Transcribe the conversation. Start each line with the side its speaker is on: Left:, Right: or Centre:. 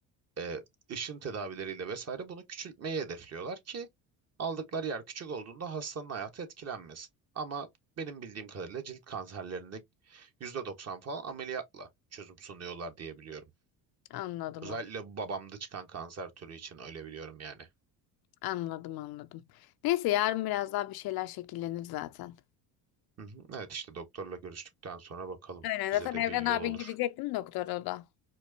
Right: e, ışın tedavileriyle vesaire bunu küçültmeyi hedefliyorlar ki aldıkları yer küçük olduğunda hastanın hayatı etkilenmesin. Ama benim bildiğim kadarıyla cilt kanserlerinde %90 falan ameliyatla çözüm sunuyorlar diye biliyorum.
Left: anladım
Right: Özellikle bu babamda çıkan kanser türü için öyle biliyorum yani.
Left: anladım anladım. Neyse yarın biraz daha bir şeyler şekillenir zaten.
Right: Hı hı. Evet işte doktorla görüştükten sonra bakalım.
Left: Aynen zaten
Right: Bize de
Left: Evren
Right: bir yol
Left: abin
Right: olur.
Left: gidecektim doktora o da.